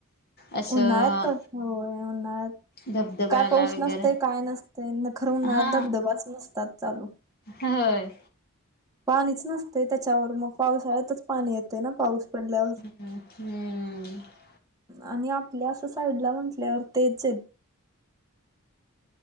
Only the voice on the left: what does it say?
असं
धबधब्याला
वगैरे
हा
होय
हू